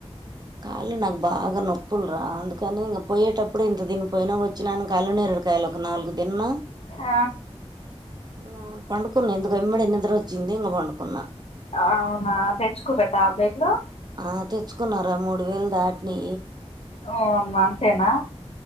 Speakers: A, on the right; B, on the left.
A: కాళ్ళ నాకు బాగా నొప్పులురా అందుకని ఇంగ పోయేటప్పు ఇప్పుడు ఇంత తినిపోయినా వచ్చినాక అల్లునేరేడుకాయలు ఒక నాలుగు దిన్న
B: ఆ
A: ఇంగ అవును పండుకున్నా ఇందుకు వెమ్మడి నిద్ర వచ్చింది ఇంగ పండుకున్నా
B: అవునా తెచుకురా ట్యాబ్లెట్లు
A: ఆ తెచ్చుకున్నారా మూడు వేలు దాటి నీ
B: ఓ అమ్మ అంతేనా